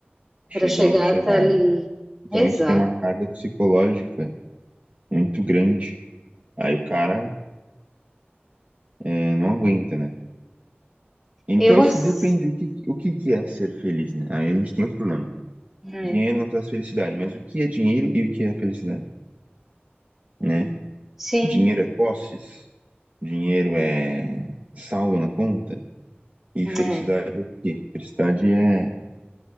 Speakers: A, on the right; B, in the centre.
A: chegar
B: para chegar
A: onde chegaram.
B: até ali.
A: Então
B: Exato.
A: isso tem uma carga psicológica muito grande. Aí o cara é, não aguenta, né? Então,
B: Eu
A: assim,
B: assim,
A: depende o que, o que que é ser feliz, né? Aí a gente tem outro problema.
B: é,
A: Dinheiro não traz felicidade, mas o que é dinheiro e o que é felicidade, né?
B: sim,
A: Dinheiro é posses, dinheiro é saldo na conta, e felicidade
B: é,
A: é o quê? Felicidade é